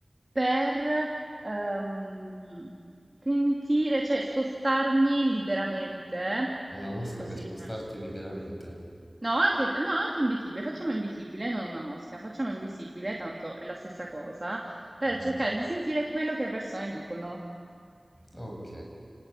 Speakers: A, on the right (about 30°); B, on the left (about 25°).
A: per ehm, sentire, cioè spostarmi liberamente,
B: Una mosca
A: così,
B: per spostarti liberamente?
A: No, anche, no, anche invisibile, facciamo invisibile, non una mosca, facciamo invisibile, tanto è la stessa cosa, per
B: Mm.
A: cercare di sentire quello che le persone dicono.
B: Ok.